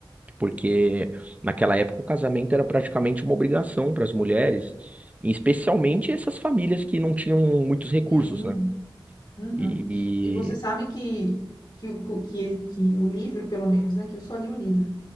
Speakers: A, on the right; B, on the left.
A: porque naquela época o casamento era praticamente uma obrigação para as mulheres, e especialmente essas famílias que não tinham muitos recursos,
B: sim,
A: né?
B: uhum.
A: E
B: E você sabe que, que, o- que, que o livro, pelo menos, né, que eu só li o livro,